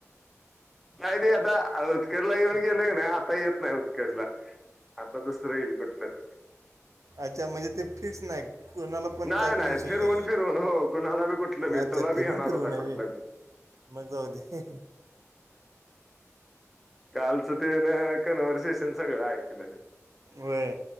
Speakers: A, in the centre; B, on the right.
A: नाही ते आता उजकडला येऊन गेले क नाही आता येत. नाही होत कसला आता दसत्र इल कटलेत
B: अच्छा म्हणजे ते फिक्स नाही. कोणाला पण
A: नाही
B: काय पण
A: नाही
B: येऊ शकते
A: फिरवून फिरवून हो कुणाला बी कुठलं बी
B: अच्छा
A: तुला बी
B: फिरवून
A: येणार
B: फिरव
A: होता
B: हवी.
A: कुठलं बी
B: मग जाऊते.
A: कालचं तेन कन्व्हर्सेशन सगळं ऐकलं.
B: वरे